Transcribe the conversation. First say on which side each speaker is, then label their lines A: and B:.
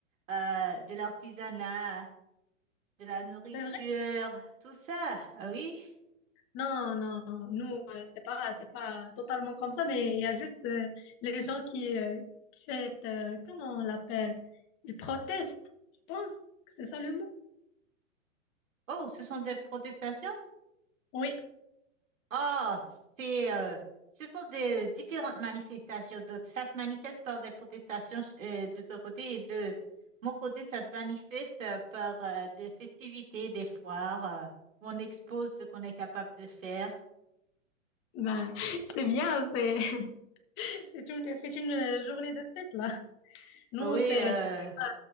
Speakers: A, on the right; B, on the left.
A: euh, de l'artisanat. de la nourriture,
B: C'est vrai.
A: tout ça. Ah oui.
B: Non, non, nous, euh, c'est pas, c'est pas totalement comme ça, mais il y a juste euh, les gens qui, euh, qui fait, euh, comment on l'appelle? Ils protestent, je pense que c'est ça le mot.
A: Oh, ce sont des protestations?
B: Oui,
A: Oh, c'est, euh, ce sont des différentes manifestations. Donc, ça se manifeste par des protestations euh, de ton côté et de mon côté, ça se manifeste euh, par euh, des festivités, des foires. euh, où on expose ce qu'on est capable de faire.
B: bah <laughs> c'est bien, c'est, <laughs> c'est une, c'est une euh, journée de fête, là. Nous,
A: Ah oui.
B: c'est,
A: euh,
B: c'est pas-